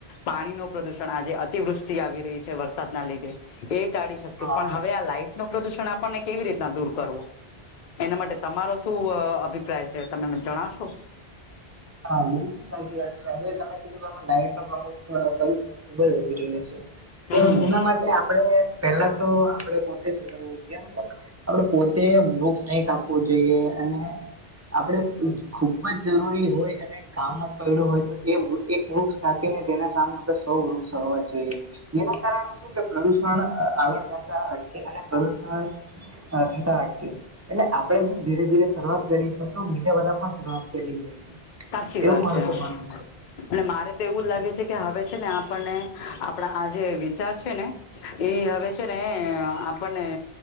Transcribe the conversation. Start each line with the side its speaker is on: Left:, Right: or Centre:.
Left: પાણી નો પ્રદુષણ આજે અતિવૃષ્ટિ આવી રહી છે વરસાદના લીધે એ ટાળી શકશું.
Right: હા.
Left: પણ હવે આ લાઈટ નો પ્રદુષણ આપણને કેવી રીતના દૂર કરવો? એના માટે તમારો શું અભિપ્રાય છે, તમે મને જણશો?
Right: હા બિલકુલ સાચી વાત છે. તમે કીધું આમાં લાઈટનું પ્રદૂષણ ખુબ જ વધી રહ્યું છે.
Left: હમ
Right: તેના માટે આપણે પેલા તો આપડે પોતે સુધરવું જોઈએ. મતલબ આપડ પોતે વૃક્ષ નઈ કાપવું જોઈએ. અને આપણે ખૂબ ખૂ બ જ જરૂરી હોય અને કામ જ પડ્યું હોય તો એ એક વૃક્ષ કાપીને તેના સામે આપણે સો વૃક્ષ વાવા જોઈએ. જેના કારણે શું કે પ્રદુષણ આગળ જતા અટકે અને પ્રદુષણ થતા અટકે એટલે આપણે જો ધીરે ધીરે શરૂઆત કરીશું તો બીજા બધા પણ શરૂઆત કરી દેશે.
Left: ચી
Right: એવું
Left: વાત
Right: મારું
Left: છે.
Right: તો માનવું છે.
Left: અને મારે તો એવું જ લાગે છે કે હવે છે ને આપણને આપણા આ જે વિચાર છે ને એ હવે છે ને આપણને